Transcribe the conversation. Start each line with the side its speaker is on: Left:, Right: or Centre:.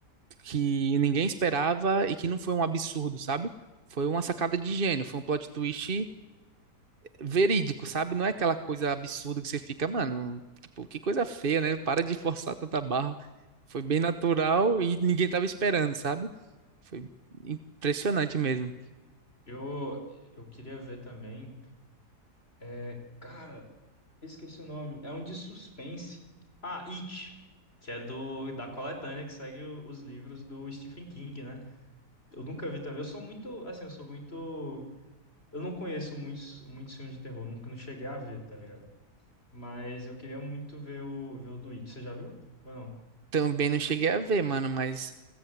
Right: que ninguém esperava e que não foi um absurdo, sabe? Foi uma sacada de gênio, foi um plot twist verídico, sabe? Não é aquela coisa absurda que você fica, mano, tipo, que coisa feia, né? Para de <laughs> forçar tanta barra. Foi bem natural e ninguém tava esperando, sabe? Foi impressionante mesmo.
Left: Eu, eu queria ver também. É, cara, esqueci o nome. É um de suspense. Ah, It, que é do da coletânea que segue o- os livros do Stephen King, né? Eu nunca vi também. Eu sou muito, assim, eu sou muito Eu não conheço muitos, muitos filmes de terror, nunca não cheguei a ver, tá ligado? Mas eu queria muito ver o, ver o do It. Você já viu? Ou não?
Right: Também não cheguei a ver, mano, mas